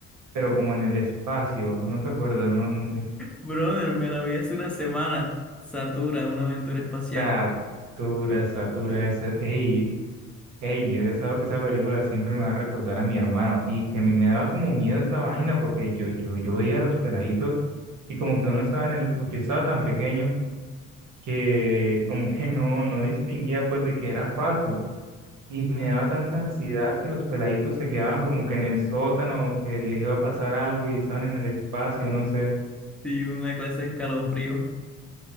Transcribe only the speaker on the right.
pero como en el espacio, no te acuerdas, no, no sé.
Satura, Satura, esa, ey, ey, esa, esa película siempre me va a recordar a mi hermano, y que a mí me daba como miedo esa vaina, porque yo, yo, yo veía a los peladitos, y como que uno estaba en el, yo estaba tan pequeño que como que no, no distinguía pues de que era falso. Y me daba tanta ansiedad que los peladitos se quedaban como que en el sótano, que les iba a pasar algo y estaban en el espacio, no sé.